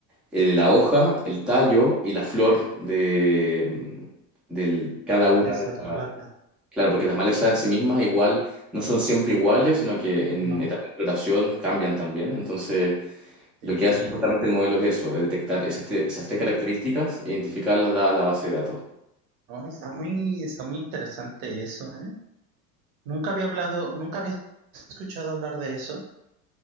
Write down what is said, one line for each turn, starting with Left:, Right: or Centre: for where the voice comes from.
Centre: eh, la hoja, el tallo y la flor de, mm, del- cada
Right: de la maleza
Centre: una de
Right: de
Centre: las...
Right: la plata.
Centre: Claro, porque las malezas en sí mismas igual no son siempre iguales, sino que en
Right: No,
Centre: etapa de floración cambian también. Entonces,
Right: sí.
Centre: lo que hace justamente el modelo es eso, es detectar esas, tre- esas tres características, e identificarlas, da la base de datos.
Right: No, está muy, está muy interesante eso, ¿eh? Nunca había hablado, nunca había escuchado hablar de eso,